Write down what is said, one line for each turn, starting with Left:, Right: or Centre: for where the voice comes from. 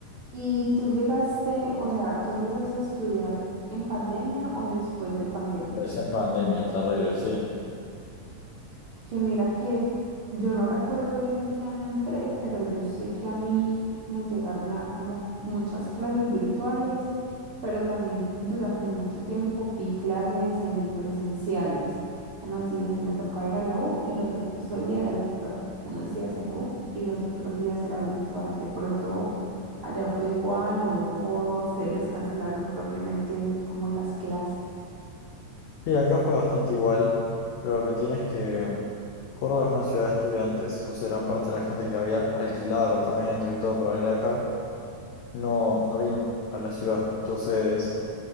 Right: ¿Y tú llegaste, o sea, tú empezaste a estudiar en pandemia o después de pandemia?
Left: Es en pandemia, terrible, sí.
Right: que mira que yo no recuerdo bien en qué año entré, pero yo sé que a mí me llegaron a dar como muchas clases virtuales, pero también durante mucho tiempo vi clases semipresenciales. Unos días me tocaba ir a la U y los otros todo el día era virtual. Unos días a la U y los otros días era virtual. De pronto allá fue igual o, o se les cancelaron propiamente como las clases.
Left: Sí, acá fue bastante igual, pero lo que tiene es que Córdoba es una ciudad de estudiantes, entonces gran parte de la gente que había alquilado departamentos y todo para venir acá no, no vino a la ciudad. Entonces.